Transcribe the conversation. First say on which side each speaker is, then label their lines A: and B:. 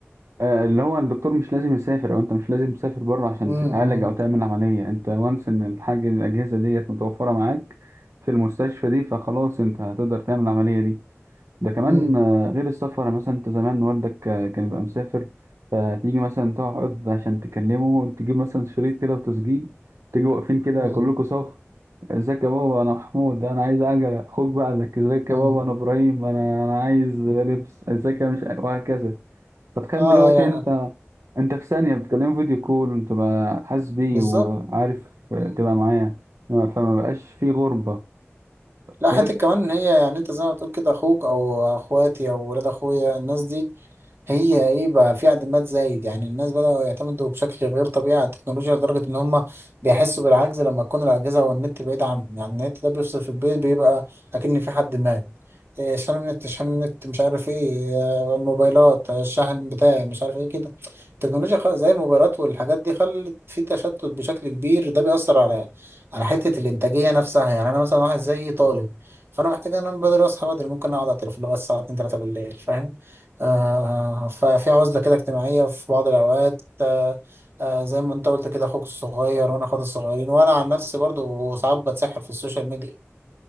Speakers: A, on the right; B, on the right.
A: آه، اللي هو الدكتور مش لازم يسافر او انت مش لازم تسافر بره عشان
B: امم
A: تتعالج او تعمل عمليه انت وانس ان الحاجه الاجهزه ديت متوفره معاك في المستشفى دي فخلاص انت هتقدر تعمل العمليه دي ده كمان
B: امم
A: آه، غير السفر يعني مثلا انت زمان والدك آه، كان بيبقى مسافر فتيجي مثلا تقعد عشان تكلمه تجيب مثلا شريط كده وتسجيل تيجي واقفين كده
B: امم
A: كلكم صف ازيك يا بابا انا محمود انا عايز عجلة خد بعدك ازيك
B: امم
A: يا بابا انا ابراهيم انا انا عايز لبس ازيك يا مش وهكذا فتخيل
B: اه آه،
A: دلوقتي
B: يعني
A: انت انت في ثانية بتكلمه فيديو كول وتبقى حاسس بيه
B: بالظبط
A: وعارف آه،
B: مم.
A: تبقى معاه فما بقاش في غربة
B: لا
A: غير
B: حتى كمان ان هي يعني انت زي ما بتقول كده اخوك او اخواتي او ولاد اخويا الناس دي هي ايه بقى في اعتماد زايد يعني الناس بدأوا يعتمدوا بشكل غير طبيعي على التكنولوجيا لدرجة ان هم بيحسوا بالعجز لما تكون الأجهزة والنت بعيد عنهم يعني النت ده بيفصل في البيت بيبقى أكن في حد مات إيه، شحن النت شحن النت مش عارف ايه آه، الموبايلات آه، الشحن بتاعي مش عارف ايه كده التكنولوجيا خ- زي الموبايلات والحاجات دي خلت في تشتت بشكل كبير ده بيأثر على على حتة الإنتاجية نفسها يعني أنا مثلا واحد زي طالب فأنا محتاج أنام بدري أصحى بدري ممكن أقعد على التليفون لغاية الساعة 2 3 بالليل فاهم آه، ففي عزلة كده اجتماعية في بعض الأوقات آه، آه، زي ما انت قلت كده أخوك الصغير وأنا أخواتي الصغيرين وأنا عن نفسي برضو ساعات بتسحر في السوشيال ميديا